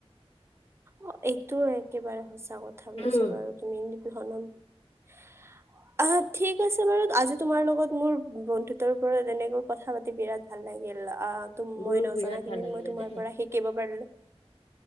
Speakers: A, on the right; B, on the left.
A: অ এইটো একেবাৰে সঁচা কথা কৈছা
B: উম,
A: বাৰু তুমি এনেধৰণৰ হ আহ ঠিক আছে বাৰু আজি তোমাৰ লগত মোৰ বন্ধুত্বৰ ওপৰত এনেকৈ কথা পাতি বিৰাট ভাল লাগিল অ তুম
B: মোৰো
A: মই নজনাখিনিত
B: বিৰাট ভাল লাগিলে
A: মই তোমাৰ
B: দেই
A: পৰা শিকিব পাৰিলো